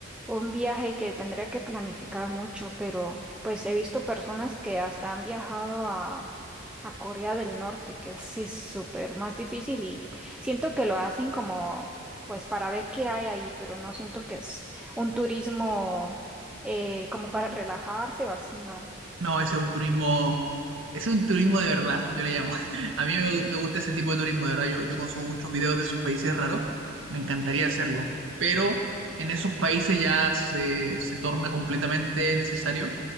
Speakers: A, in the centre; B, on the right.
A: un viaje que tendría que planificar mucho, pero pues he visto personas que hasta han viajado a, a Corea del Norte, que es sí, súper más difícil y siento que lo hacen como pues para ver qué hay ahí, pero no siento que es un turismo eh, como para relajarse o así, no.
B: No, ese es un turismo, ese es un turismo de verdad, yo le llamo. <laughs> A mí me, me gusta ese tipo de turismo, de verdad. Yo, yo consumo muchos videos de esos países raros. Me encantaría hacerlo. Pero en esos países ya se, se torna completamente necesario,